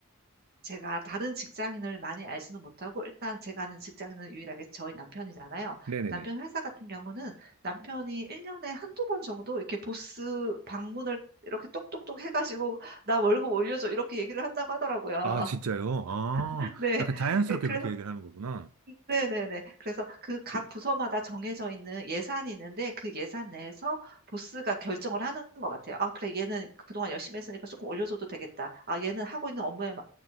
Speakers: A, on the right; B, on the right.
A: 제가 다른 직장인을 많이 알지는 못하고 일단 제가 아는 직장인은 유일하게 저희 남편이잖아요.
B: 네네네.
A: 남편 회사 같은 경우는 남편이 1년에 한두 번 정도 이렇게 보스 방문을 이렇게 똑똑똑 해가지고 나 월급 올려줘 이렇게 얘기를 한다고 하더라고요.
B: 아, 진짜요? 아,
A: <laughs> 네.
B: 약간 자연스럽게
A: 예, 그래서
B: 그렇게 얘기를 하는 거구나.
A: 네네네. 그래서 그 각 부서마다 정해져 있는 예산이 있는데 그 예산 내에서 보스가 결정을 하는 것 같아요. 아, 그래, 얘는 그동안 열심히 했으니까 조금 올려줘도 되겠다. 아, 얘는 하고 있는 업무에 마-